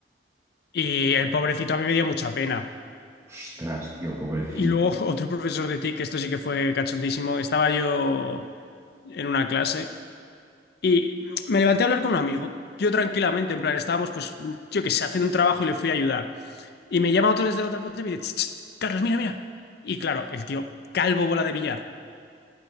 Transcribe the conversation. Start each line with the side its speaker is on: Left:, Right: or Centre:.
Left: Y el pobrecito a mí me dio mucha pena.
Right: Ostras, tío, pobrecito.
Left: Y luego <laughs> otro profesor de TIC, que esto sí que fue cachondísimo, estaba yo en una clase Y me levanté a hablar con un amigo. Yo tranquilamente, en plan, estábamos, pues, yo qué sé, haciendo un trabajo y le fui a ayudar. Y me llama otro desde la otra punta y me dice, "Ch, ch, Carlos, mira, mira. Y claro, el tío, calvo bola de billar,